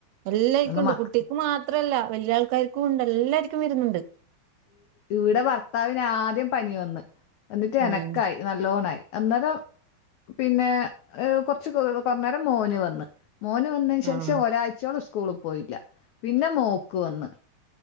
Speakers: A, on the right; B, on the left.
A: എല്ലർക്കും
B: അതുകൊണ്ട്
A: ഉണ്ട്
B: മക്ക
A: കുട്ടിക്ക് മാത്രല്ല വല്യ ആൾക്കാർക്കും ഉണ്ട് എല്ലാർരിക്കും വരുന്നുണ്ട്.
B: ഇവിടെ ഭർത്താവിന് ആദ്യം പനി വന്ന് എന്നിട്ട് എനക്കായി
A: ഉം
B: നല്ലോണായി. അന്നേരം പിന്നെ കൊറച്ച് കുറ നേേരം മോന് വന്ന്. മോന് വന്നതിന് ശേഷം
A: ആഹ്
B: ഒരാഴ്ചയോള സ്കൂളിൽ പോയില്ല പിന്നെ മോക്ക് വന്ന്.